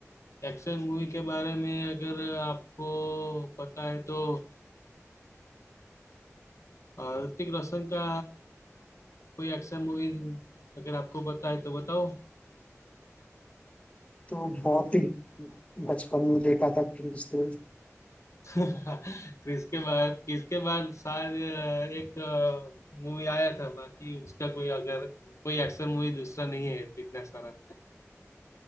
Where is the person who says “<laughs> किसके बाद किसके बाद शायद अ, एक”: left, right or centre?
Left